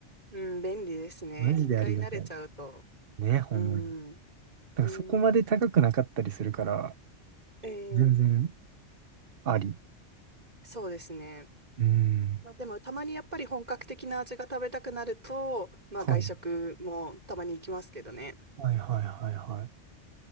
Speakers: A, on the right; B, on the right.
A: うん、便利ですね。
B: マジでありがたい。
A: 一回慣れちゃうと。
B: ね、ほんまに。
A: うん、
B: なんかそこまで高くなかったりするから、
A: うん、えー
B: 全然あり。
A: そうですね。
B: うん。
A: まあ、でもたまにやっぱり本格的な味が食べたくなると、まあ、
B: はい。
A: 外食もたまに行きますけどね。
B: はいはいはいはい。